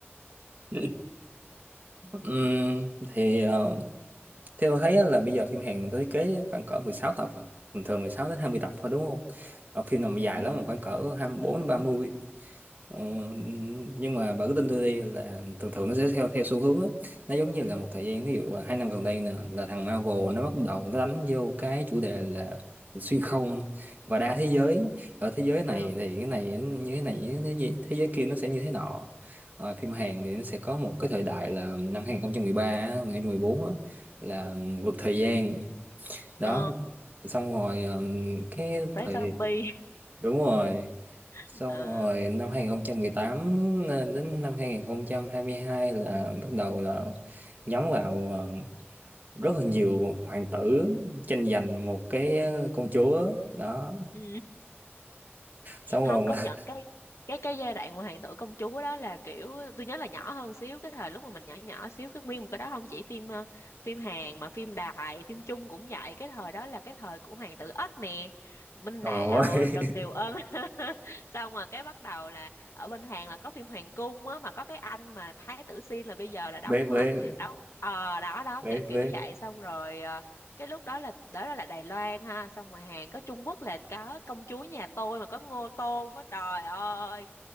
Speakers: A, on the right (about 40°); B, on the left (about 80°).
A: <laughs> Ừm, thì ờ, theo tôi thấy á, là bây giờ phim Hàn người ta thiết kế khoảng cỡ 16 tập à. Thường thường 16 đến 20 tập thôi đúng không? Ờ, phim nào mà dài
B: ừ
A: lắm là khoảng cỡ 24 đến ba mươi Ờ, nhưng mà bà cứ tin tôi đi là thường thường nó sẽ theo theo xu hướng á nó giống như là một thời gian ví dụ là hai năm gần đây nè là thằng Marvel nó bắt đầu nó đánh vô cái chủ đề là xuyên không và đa thế giới ở thế giới này
B: Ờ,
A: thì cái này như thế này như thế gì- thế giới kia nó sẽ như thế nọ Rồi phim Hàn thì nó sẽ có một cái thời đại là năm 2013 á, 2014 á, là vượt thời gian đó
B: ờ,
A: xong rồi ờ, cái
B: tới
A: thời
B: zombie
A: đúng rồi
B: <laughs>
A: xong
B: Ờ,
A: rồi năm 2018 đến năm hai không hai hai là bắt đầu là nhắm vào ờ, rất là nhiều hoàng tử tranh giành một cái công chúa đó
B: ừ.
A: xong
B: không
A: rồi
B: công nhận
A: <laughs>
B: cái cái cái giai đoạn mà hoàng tử công chúa đó là kiểu tôi nhớ là nhỏ hơn xíu cái thời lúc mà mình nhỏ nhỏ xíu cái nguyên một cái đó không chỉ phim ờ, phim Hàn mà phim Đài phim Trung cũng vậy cái thời đó là cái thời của hoàng tử Ếch nè Minh
A: trời
B: Đạo
A: ơi
B: Trần Kiều Ân <laughs> xong rồi cái bắt đầu là ở bên Hàn là có phim Hoàng cung á mà có cái anh mà Thái tử Xin là bây giờ là đóng
A: <laughs> biết
B: mà
A: biết
B: đóng ờ đó đó
A: biết
B: kiểu
A: biết
B: kiểu vậy xong rồi ờ, cái lúc đó là đó là, là Đài Loan ha xong rồi Hàn có Trung Quốc là có công chúa nhà tôi mà có Ngô Tôn á trời ơi